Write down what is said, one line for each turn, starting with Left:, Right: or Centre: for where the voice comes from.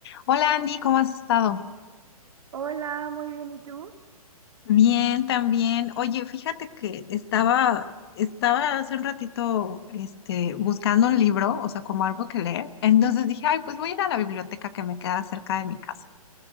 Left: Hola Andy, ¿cómo has estado?
Right: Hola, muy bien, ¿y tú?
Left: Bien, también. Oye, fíjate que estaba, estaba hace un ratito, este, buscando un libro, o sea, como algo que leer. Entonces dije, ay, pues voy a ir a la biblioteca que me queda cerca de mi casa.